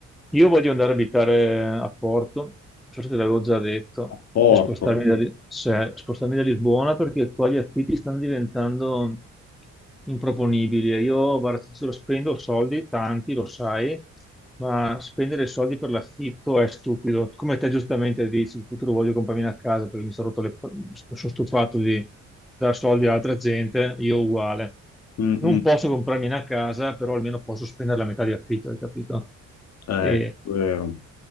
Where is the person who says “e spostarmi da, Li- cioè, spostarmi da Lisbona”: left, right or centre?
Centre